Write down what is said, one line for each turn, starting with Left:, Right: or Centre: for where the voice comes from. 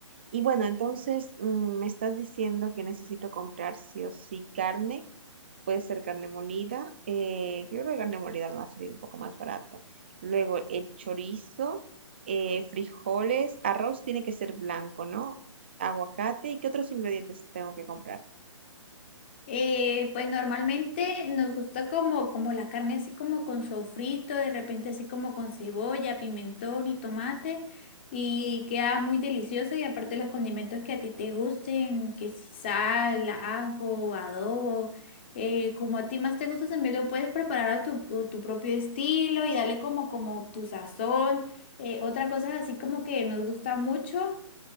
Right: Y bueno, entonces mm, me estás diciendo que necesito comprar sí o sí carne. Puede ser carne molida. Eh, yo creo que carne molida me va a salir un poco más barato. Luego el chorizo, eh, frijoles, arroz tiene que ser blanco, ¿no? Aguacate. ¿Y qué otros ingredientes tengo que comprar?
Left: Eh, pues normalmente nos gusta como, como la carne así como con sofrito, de repente así como con cebolla, pimentón y tomate y queda muy deliciosa y aparte los condimentos que a ti te gusten, que si sal, ajo, adobo, eh, como a ti más te gusta también lo puedes preparar a tu, a tu propio estilo y darle como, como tu sazón. Eh, otra cosa así como que nos gusta mucho.